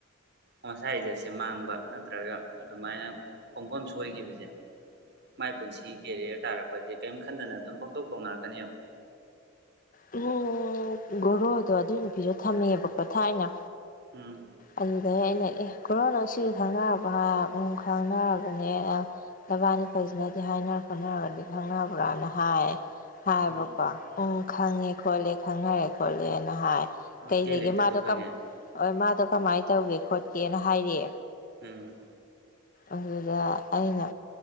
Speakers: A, on the right; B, on the left.
A: ꯃꯁꯥ ꯏꯖꯠꯁꯦ ꯃꯥꯡꯕ ꯅꯠꯇ꯭ꯔꯒ ꯑꯗꯨꯃꯥꯏꯅ ꯈꯣꯡꯐꯝ ꯁꯣꯏꯈꯤꯕꯁꯦ ꯃꯥꯏ ꯄꯨꯟꯁꯤꯒꯤ ꯀꯦꯔꯤꯌꯔ ꯇꯥꯔꯛꯄꯁꯦ ꯀꯑꯦꯝ ꯈꯟꯗꯅ ꯑꯗꯨꯝ ꯄꯪꯇꯧ ꯇꯧꯅꯔꯛꯀꯅꯦꯕ
B: ꯎꯝ ꯒꯣꯔꯣꯗꯣ ꯑꯗꯨꯏ ꯅꯨꯄꯤꯗꯣ ꯊꯝꯃꯦꯕꯀꯣ ꯊꯥꯏꯅ
A: ꯎꯝ
B: ꯑꯗꯨꯗ ꯑꯩꯅ ꯑꯦ ꯀꯣꯔꯣ ꯑꯁꯤ ꯈꯪꯅꯔꯕ ꯎ ꯈꯪꯅꯔꯕꯅꯦ ꯅꯕꯥꯥꯟꯅꯤ ꯐꯖꯅꯗꯤ ꯍꯥꯏꯅꯔ ꯈꯣꯠꯅꯔꯒꯗꯤ ꯈꯪꯅꯕ꯭ꯔꯅ ꯍꯥꯏ ꯍꯥꯏꯕꯀꯣ
A: ꯎꯝ
B: ꯎꯝ ꯈꯪꯉꯦ ꯈꯣꯠꯂꯦ ꯈꯪꯅꯔꯦ ꯈꯣꯠꯂꯦꯅ ꯍꯥꯏ
A: ꯑꯣ
B: ꯀꯩ
A: ꯆꯦꯜꯂꯤꯗꯨꯁꯨ
B: ꯂꯩꯒꯦ ꯃꯥꯗꯣ
A: ꯈꯪꯉꯦ
B: ꯀꯃꯥꯏ ꯃꯥꯗꯣ ꯀꯃꯥꯏ ꯇꯧꯒꯦ ꯈꯣꯠꯀꯦꯅ ꯍꯥꯏꯔꯦ
A: ꯎꯝ
B: ꯑꯗꯨꯗ ꯑꯩꯅ